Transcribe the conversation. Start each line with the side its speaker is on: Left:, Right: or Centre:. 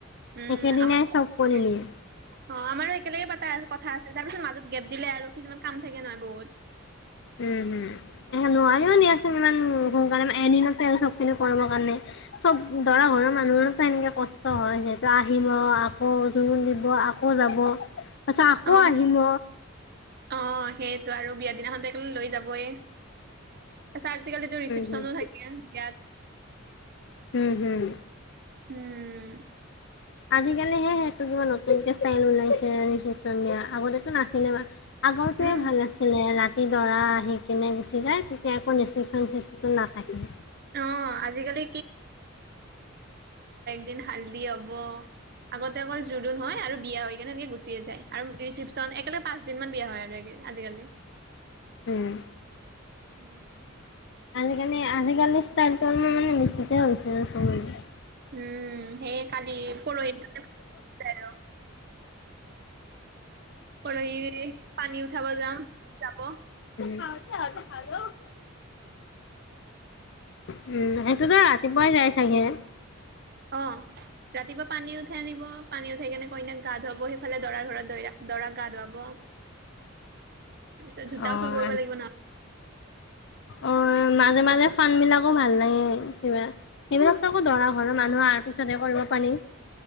Right: উম,
Left: একেদিনাই
Right: আমাৰ
Left: চব কৰি নিয়ে।
Right: অ' আমাৰো একেলগে পতা কথা আছে, তাৰপিছত মাজত গেপ দিলে আৰু কিছুমান কাম থাকে নহয় বহুত।
Left: উম, হম, এ নোৱাৰিও নিয়াচোন ইমান সোনকালে এদিনত চব খিনি কৰিবৰ কাৰণে, চব দৰা ঘৰৰ মানুহততো এনেকে কষ্ট হয়, যিহেতু আহিব, আকৌ জোৰোণ দিব আকৌ যাব। তাৰছাত আকৌ
Right: অ
Left: আহিম।
Right: অ সেইটো আৰু বিয়া দিনাখন টো একে লৈ যাবই। তাৰছ আজিকালিতো ৰিচিপশ্যনো
Left: হম
Right: থাকে বিয়াত।
Left: উম, হম।
Right: উম
Left: আজিকালিহে সটো কিবা নতুনকে ষ্টাইল ওলাইছে ৰিচপন দিয়া, আগতেতো নাছিলে। আগৰটয়ে
Right: উম
Left: ভাল আছিলে ৰাতি তি দৰা আহি কেনে গুচি যায়, তেতিয়া একো ৰেচিপশ্যন চিষ্টটো নাথাকে।
Right: অ আজিকালি দিন হাল্দি হ'ব। আগতে অকল জোৰণ হয় আৰু বিয়া হৈ কিনে এনেকে গুচিয়ে যায়, আৰু ৰিচিপশচন একেলগে পাঁচ দিন মান বিয়া হয় আৰু। আজিকালি।
Left: হম।
Right: উম।
Left: আজিকালি আজিকালি ষ্টাইলটো অলপমান মানে মিঠতে হৈছে আৰু চ
Right: উম, সেইয়ে কালি পৰহি আৰু পৰহি পানী উঠাব যাম যাব।
Left: খাওঁতে অ' ভা'ল। উম, সেইটোতো ৰাতিপুৱাই যাই চাগে।
Right: অ'। ৰাতিপুৱা পানী উঠাই আনিব, পানী উঠাই কেনে কইনাক গা ধুৱাব সেইফালে দৰাৰ ঘৰত দ দৰা গা ধুৱাব। তাৰ পিছত জোতাও
Left: অ'।
Right: চুৰ কৰিব লাগিব নয়
Left: অ' মাজে মাজে ফান বিলাকো ভাল লাগে, কিবা। সেইবিলাক টো একো দৰা ঘৰৰ মানুহ পিছতহে কৰিব পানী।